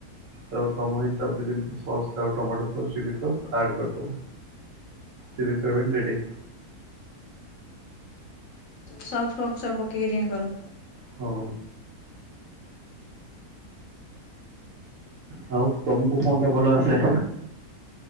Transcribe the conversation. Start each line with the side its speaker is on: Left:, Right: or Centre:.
Right: ତାପରେ ତମ ହିସାବରେମ ସସ ଆଉ tomato sauce chilli sauce add କରିଦବ ଚିଲି ସୋୟାବଡି ରେଡି।
Left: ସକ୍ସ ଫକ୍ସ ସବୁ ପକେଇକିରି କର।
Right: ହଉ। ହୋଉ। ତମକୁ କଣ ଟା ଭଲ ଆସେ?